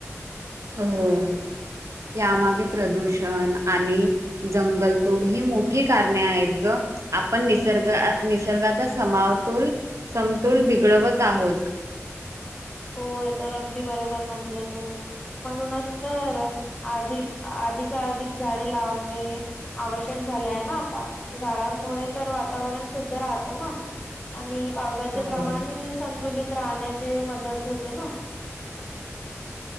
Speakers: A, on the right; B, on the left.
A: हम् यामागे प्रदूषण आणि जंगलतोड ही मोठी कारणे आहेत ग आपण निसर्ग निसर्गाचा समावतोल समतोल बिघडवत आहोत <inaudible>
B: हो आ तर अगदी बरोबर म्हटलं तू म्हणूनच तर अधिक अधिकधिक झाडे लावणे आवश्यक झाय ना आता झाडांमुळे तर वातावरण शुद्ध राहतो ना आणि पावसाचे
A: हो.
B: प्रमाणे संतुलित राहण्याचे मदत होत ना